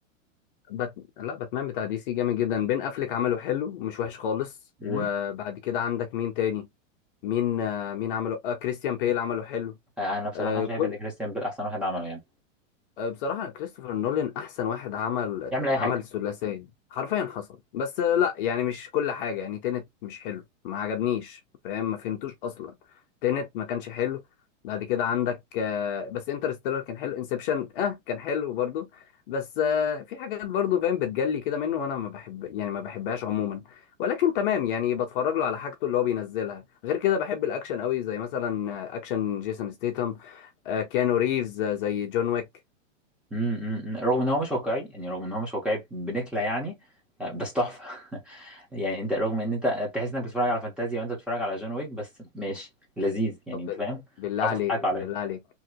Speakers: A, on the left (about 40°); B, in the centre.
A: بات... لا باتمان بتاع دي سي جامد جدا بين افليك عمله حلو مش وحش خالص وبعد
B: امم
A: كده عندك مين تاني مين آه، مين عمله آه كريستيان بيل عمله حلو
B: آه انا بصراحه
A: آه
B: شايف
A: كل
B: ان كريستيان بيل احسن واحد عمله يعني
A: آه، بصراحة كريستوفر نولان أحسن واحد عمل
B: يعمل اي
A: عمل
B: حاجه
A: الثلاثية حرفيا حصل بس آه، لا يعني مش كل حاجة يعني تينت مش حلو ما عجبنيش فاهم ما فهمتوش أصلا تينت ما كانش حلو بعد كده عندك آه، بس انترستيلر كان حلو انسبشن اه كان حلو برضو بس آه، في حاجات برضو فاهم بتجلي كده منه وانا ما بحب يعني ما بحبهاش عموما ولكن تمام يعني بتفرج له على حاجته اللي هو بينزلها غير كده بحب الاكشن قوي زي مثلا آه، اكشن جيسون ستيتم آه، كيانو ريفز آه، زي جون ويك
B: مم، مم، مم. رغم ان هو مش واقعي يعني رغم ان هو مش واقعي بنكله يعني آه، بس تحفه <laughs> يعني انت رغم ان انت تحس انك بتتفرج على فانتازيا وانت بتتفرج على جون ويك بس ماشي لذيذ يعني
A: طب
B: انت
A: بال-
B: فاهم
A: بالله
B: عارف
A: عليك
B: تضحك عليا
A: بالله عليك